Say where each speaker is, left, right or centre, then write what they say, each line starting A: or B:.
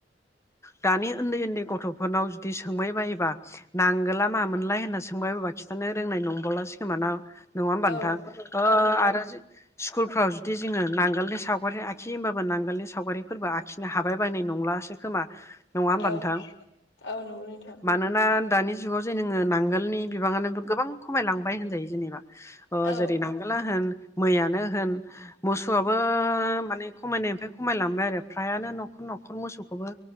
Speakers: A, on the left; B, on the left.
A: दानि उन्दै उन्दै गथ'फोरनाव जुदि सोंबाय बायोबा नांगोला मा मोनलाय होन सोंबाय बायबा खिथानो रोंनाय नंबलासो खोमा ना नङा ओमबा
B: औ
A: नोंथां ओ
B: औ नंगौ
A: आरो
B: नोंथां
A: जों स्कुलफ्राव जुदि जोङो नांगोलनि सावगारि आखि होमबाबो नांगोलनि सावगारिफोरबो आखिनो हाबाय बायनाय नंलासो खोमा नङा ओमबा
B: औ
A: नोंथां
B: औ नंगौ नोंथां
A: मानोना दानि जुगाव जे नोङो नांगोल नि बिबांआनो गोबां खमायलांबाय होनजायो
B: औ
A: जेरै नांगोल ला होन मैयानो होन मोसौआबो माने खमायनायनिफ्राय खमायलांबाय आरो फ्रायानो न'खर न'खर मोसौखौबो